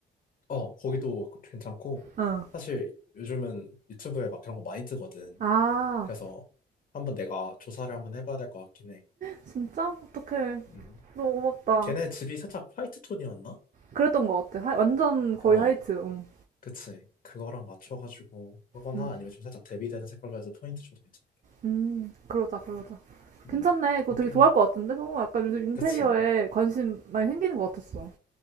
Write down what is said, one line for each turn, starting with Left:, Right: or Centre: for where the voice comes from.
Left: 어, 거기도 괜찮고.
Right: 어.
Left: 사실 요즘은 유튜브에 막 그런 거 많이 뜨거든.
Right: 아,
Left: 그래서 한번 내가 조사를 한번 해봐야 될 것 같긴 해.
Right: 진짜? 어떡해.
Left: 음.
Right: 너무 고맙다.
Left: 걔네 집이 살짝 화이트 톤이었나?
Right: 그랬던 것 같아. 하, 완전 거의
Left: 어.
Right: 하이트. 응.
Left: 그치. 그거랑 맞춰가지고 하거나
Right: 음.
Left: 아니면 좀 살짝 대비되는 색깔로 해서 포인트 줘도 괜찮겠다.
Right: 음, 그러자, 그러자.
Left: 음.
Right: 괜찮네. 그거
Left: 오케이,
Right: 되게 좋아할
Left: 그럼.
Right: 것 같은데? 성우 약간 요즘 인테리어에
Left: 그치.
Right: 관심 많이 생기는 것 같았어.